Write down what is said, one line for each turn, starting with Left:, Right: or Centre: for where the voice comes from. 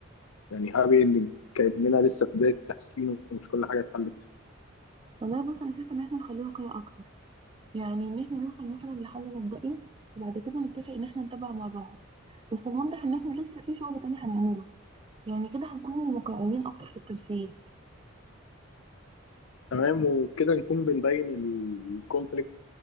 Left: يعني هابي اندنج كاننا لسه في بدايه التحسين ومش كل حاجه اتحلت
Right: والله بص انا شايفه ان احنا نخليه واقعي اكتر يعني ان احنا نوصل مثلا لحل مبدئي وبعد كده نتفق ان احنا نتابع مع بعض بس نوضح ان احنا لسه في شغل تاني هنعمله يعني كده هنكون واقعيين اكتر في التمثيل
Left: تمام وكده نكون بنبين الكونفليكت